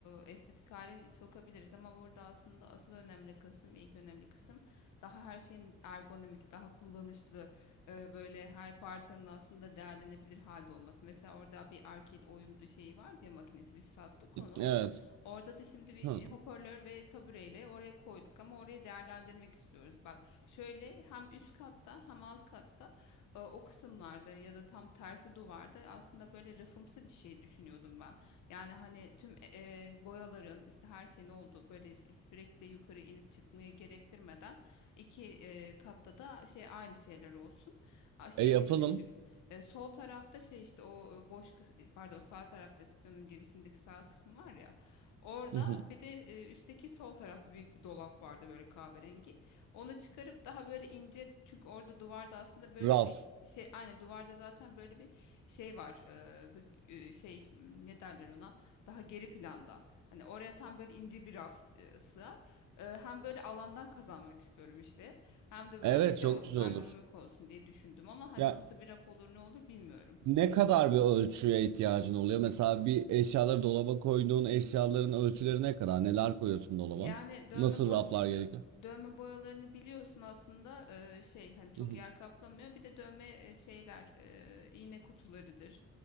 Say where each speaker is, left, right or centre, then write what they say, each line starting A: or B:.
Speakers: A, on the left (about 90°); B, on the right (about 80°).
A: e, estetik hale sokabiliriz ama burada aslında asıl önemli kısım ilk önemli kısım daha her şeyin ergonomik daha kullanışlı e, böyle her parçanın aslında değerlenebilir halde olması. Mesela orada bir arcade oyun şeyi var ya makinesi biz sattık onu.
B: Evet.
A: Orada da şimdi bir
B: <laughs>
A: e, hoparlör ve tabureyle oraya koyduk ama orayı değerlendirmek istiyoruz. Bak Şöyle hem üst katta hem alt katta e, o kısımlarda ya da tam tersi duvarda aslında böyle rafımsı bir şey düşünüyordum ben. Yani hani tüm e, e, boyaların işte her şeyin olduğu böyle sürekli yukarı inip çıkmayı gerektirmeden iki e, katta da şey aynı şeyler olsun. A, Şey
B: E yapalım.
A: gibi düşün. E, sol tarafta şey işte o e, boş kıs- e, pardon sağ tarafta stüdyonun girişindeki sağ kısım var ya. Orada
B: <laughs>
A: bir de e, üstteki sol tarafta büyük bir dolap vardı böyle kahverengi. Onu çıkarıp daha böyle ince çünkü orada duvarda aslında böyle
B: Raf.
A: bir şey aynen duvarda zaten böyle bir şey var eee, bu, eee, şey m, ne derler ona daha geri planda hani oraya tam böyle ince bir raf s- e, sığar Eee, hem böyle alandan kazanmak istiyorum işte hem de böyle
B: Evet
A: şey
B: çok
A: olsun
B: güzel
A: ergonomik
B: olur.
A: olsun diye düşündüm ama hani
B: Ya
A: nasıl bir raf olur ne olur bilmiyorum.
B: ne kadar bir ölçüye ihtiyacın oluyor? Mesela bir eşyaları dolaba koyduğun eşyaların ölçüleri ne kadar? Neler koyuyorsun dolaba?
A: Yani dövme
B: Nasıl
A: bo-
B: raflar gerekiyor?
A: Dövme boyalarını biliyorsun aslında eee, şey hani çok
B: Hı hı,
A: yer kaplamıyor. Bir de dövme e, şeyler eee, iğne kutularıdır.